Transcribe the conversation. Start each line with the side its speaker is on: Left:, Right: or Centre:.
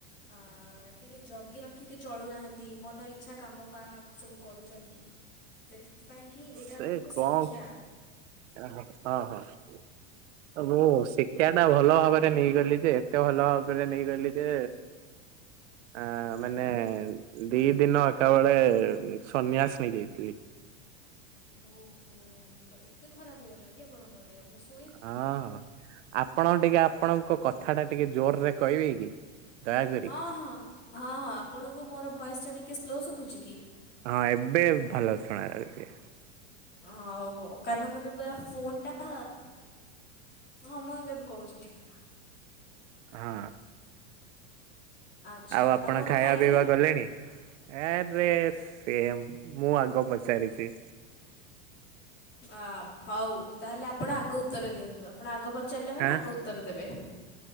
Left: ଆ ଟିକେ ଜଗି ରଖିକି ଚଳୁନାହାନ୍ତି, ମନ ଇଚ୍ଛା କାମ କା ସବୁ କରୁଛନ୍ତି। ସେଥିପାଇଁ କି ଏଇଟା
Right: ସେ
Left: ଆପଣଙ୍କୁ
Right: କଣ
Left: ଶିକ୍ଷା।
Right: ହଁ, ହଁ। ମୁଁ ଶିକ୍ଷା ଟା ଭଲ ଭାବରେ ନେଇଗଲି ଯେ, ଏତେ ଭଲ ଭାବରେ ନେଇଗଲି ଯେ ଆ ମାନେ ଦି ଦିନ ଏକା ବଳେ ସନ୍ୟାସ ନେଇଯାଇଥିଲି।
Left: ଓହୋ ମାନେ କ ଏତେ ଖରାପ ହେଇଗଲା କି ଆପଣଙ୍କ ଦେହ ମୁଁ ସୁ
Right: ହଁ ହଁ ଆପଣ ଟିକେ ଆପଣଙ୍କ କଥା ଟା ଟିକେ ଜୋରରେ କହିବେ କି? ଦୟାକରି
Left: ହଁ, ହଁ, ହଁ, ହଁ, ଆପଣଙ୍କୁ ମୋର ଭୟସ ଟା ଟିକେ ସ୍ଲୋ ଶୁଭୁଛି କି?
Right: ହଁ ଏବେ ଭଲ ଶୁଣାଯାଉଛି।
Left: ହଉ ହଉ କାରଣ ମୁଁ ଏବେ ପ ଫୋନ ଟା ହଁ ମୁଁ ଏବେ କହୁଛି ଠିକ୍ ଠାକ୍
Right: ହଁ।
Left: ଆଚ୍ଛା
Right: ଆଉ ଆପଣ
Left: କଣ
Right: ଖାଇବା
Left: ଖାଇଥିଲେ?
Right: ପିଇବା କଲେଣି? ଆରେ ସେମ ମୁଁ ଆଗ ପଚାରିଛି।
Left: ଅ ହଉ ତାହେଲେ ଆପଣ ଆଗ ଉତ୍ତର ଦିଅନ୍ତୁ ଆପଣ ଆଗ ପଚାରିଲେ ମାନେ
Right: ହାଁ।
Left: ଆଗ ଉତ୍ତର ଦେବେ।